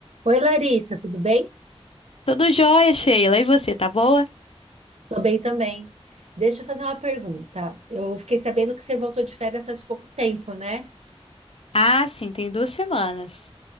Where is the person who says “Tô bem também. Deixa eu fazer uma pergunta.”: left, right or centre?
Right